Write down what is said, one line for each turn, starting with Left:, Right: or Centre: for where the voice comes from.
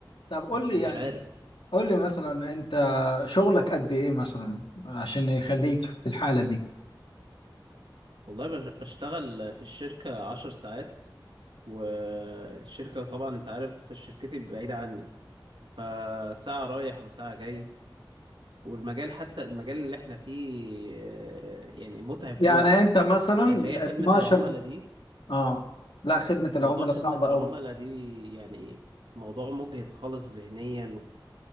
Left: طب قول
Right: بس
Left: لي
Right: مش
Left: يعني
Right: عارف
Left: قول لي مثلا انت شغلك قد ايه مثلا عشان يخليك في الحالة دي
Right: والله بش- بشتغل في الشركه عشر ساعات والشركه طبعا انت عارف شركتي بعيده عني فساعه رايح وساعه جاي والمجال حتى المجال اللي احنا فيه آه، يعني متعب
Left: يعني
Right: قوي
Left: انت مثلا
Right: اللي هي
Left: 12
Right: خدمه العملاء
Left: س-
Right: دي
Left: اه لا خدمة العملاء
Right: موضوع خدمه
Left: صعبة
Right: العملاء
Left: قوي
Right: دي يعني موضوع مجهد خالص ذهنيا